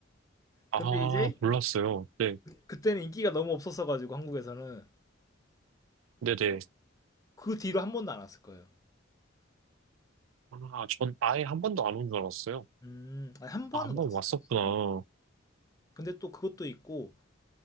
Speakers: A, on the right; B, on the left.
A: 아,
B: 근데 이제
A: 몰랐어요. 네.
B: 그때는 인기가 너무 없었어가지고 한국에서는
A: 네네.
B: 그 뒤로 한 번도 안 왔을 거예요.
A: 아, 전 아예 한 번도 안 온 줄 알았어요.
B: 음. 아니, 한 번은
A: 아, 한
B: 갔었어요.
A: 번 왔었구나.
B: 음. 근데 또 그것도 있고